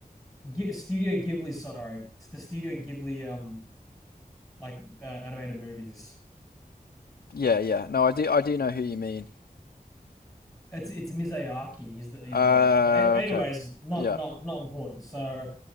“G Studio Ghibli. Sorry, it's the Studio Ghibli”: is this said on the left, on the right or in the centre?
Centre